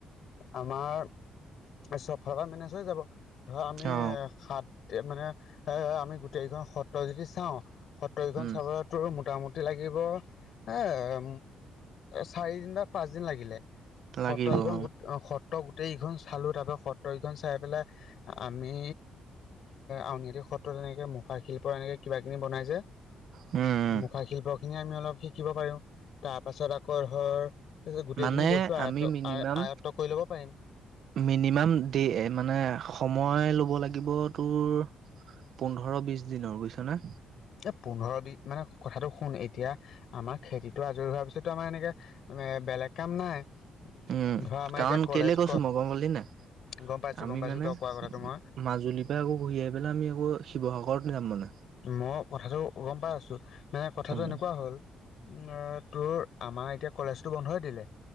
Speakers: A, on the left (about 65°); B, on the right (about 65°).
A: আমাৰ, চব ফালৰ পৰা মেনেজ হৈ যাব ধৰ আমি
B: অ
A: সাত- মানে এ আমি গোটেইকেইখন সত্ৰ যদি চাওঁ সত্ৰকেইখন
B: উম
A: চাব- ত মোটামুটি লাগিব, এ- চাৰিদিন বা পাঁচদিন লাগিলে, সত্ৰ
B: লাগিব
A: এখন
B: অ
A: গোট সত্ৰ- গোটেইখন চালোঁ তাৰ পৰা সতৰকখন চাই পেলাই- আমি আউনীআ সত্ৰ তেনেকে মখ- মুখা শিল্প এনেকৈ কিবা কিনি বনাই যে,
B: উম উম
A: মুখা শিল্পখিনি আমি অলপ শিকিব পাৰোঁ। তাৰ পাছত আকৌ ধৰ পিছত গোটেইখিনি
B: মানে
A: বস্তু আয়ত
B: আমি মিনিমাম
A: আয়ত্ব কৰি ল'ব পাৰিম।
B: মিনিমাম দেই মানে সময় ল'ব লাগিব তোৰ- পোন্ধৰ বিশ দিনৰ বুজিছ নে?
A: এ পোন্ধৰ বিশ মানে কথাটো শুন এতিয়া- আমাৰ খেতিতটো আজৰি হোৱাৰ পিছতো আমাৰ এনেকে বেলেগ কাম নাই।
B: উম,
A: ধৰা আমাৰ
B: কাৰণ
A: এতিয়া কলেজ
B: কেলে কৈছো
A: ক
B: মই গম পালি নে নাই?
A: গম পাইছোঁ
B: আমি
A: গম পাইছোঁ
B: মানে,
A: তই কোৱা কথাটো মই
B: মাজুলীৰ পৰা আকৌ ঘূৰি আহি পেলাই আমি আকৌ শিৱসাগৰত- যাম মানে
A: মই কথাটো গম পাই আছো মানে কথাটো
B: উম,
A: এনেকুৱা হ'ল- তোৰ আমাৰ এতিয়া কলেজটো বন্ধই দিলে।